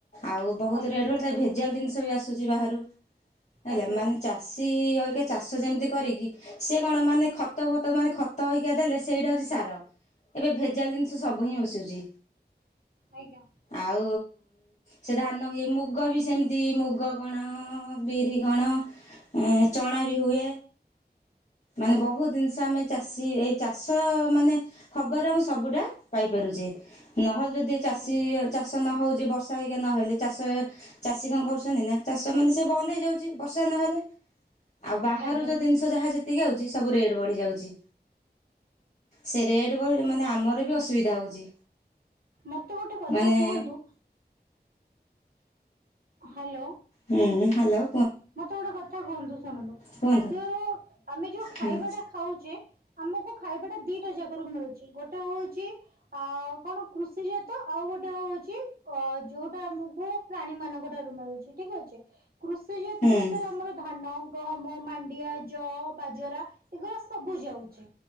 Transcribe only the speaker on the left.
ଆଉ ବହୁତ
ରେଟ ଭେ ଭେଜାଲ ଜିନିଷ ବି ଆସୁଛି, ବାହାରୁ, ହେଲା
ମାନେ ଚାଷୀ ଚାଷ ଯେମିତି କରିକି, ସେ କଣ ମାନେ ଖତ ଭତ ମାନେ ଖତ ଅଇକା ଦେଲେ, ସେଇଟା ହଉଛି ଏବେ ଭେଜାଲି ସବୁ ହିଁ ଆସୁଛି
ଆଉ ସେ ଧାନ ହୁଏ, ମୁଗ ବି ସେମିତି ମୁଗ କଣ, ବିରି କଣ ଆ ଚଣା ବି ହୁଏ। ମାନେ ବହୁତ ଜିନିଷ ଆମେ ଚାଷୀ, ଏଇ ଚାଷ ମାନେ ଖବର ଆମେ ସବୁଟା ପାଇପାରୁଛୁ। ନହେଲେ ଯଦି ଚାଷୀ
ଚାଷ ନ ହଉଛି ବର୍ଷ <unintelligible> ନହେଲେ ଚାଷ ଚାଷୀ କଣ କରୁଛନ୍ତି ନା, ଚାଷ ମାନେ ସେ ବନ୍ଦ ହେଇଯାଉଛି, ବର୍ଷା ନହେଲେ ଆଉ ବାହାରୁ
ଯୋଉ ଜିନିଷ ଯାହା ଯେତିକି ଆଉଛି ସବୁ ରେଟ ବଢି ଯାଉଛି। ସେ ରେଟ ମାନେ, ଆମର ବି ଅସୁବିଧା ହଉଛି।
ମାନେ
ହୁଁ, ହାଲୋ।
କୁହନ୍ତୁ
ହୁଁ
ହୁଁ।